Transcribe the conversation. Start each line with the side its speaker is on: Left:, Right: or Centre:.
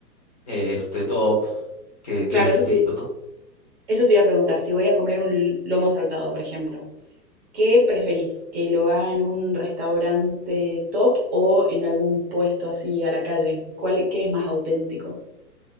Left: este, top, que, que
Right: Claro,
Left: es distinto,
Right: eso te,
Left: ¿no?
Right: eso te iba a preguntar. Si voy a comer un lomo saltado, por ejemplo, ¿qué preferís? ¿Que lo haga en un restaurante top o en algún puesto así a la calle? ¿Cuál, qué es más auténtico?